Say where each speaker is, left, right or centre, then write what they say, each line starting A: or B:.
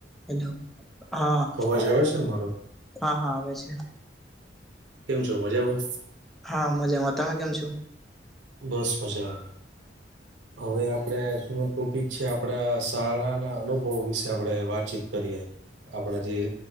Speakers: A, in the centre; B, on the right.
A: Hello હા
B: અવાજ આવે છે ને મારો
A: હા હા આવે છે
B: કેમ છો મજા બસ
A: હા મજામાં તમે કેમ છો
B: બસ મજા આવે હવે આપડણે શું ટોપિક છે આપડા શાળાના અનુભવો વિશે આપડણે વાતચીત કરીયએ આપડા જે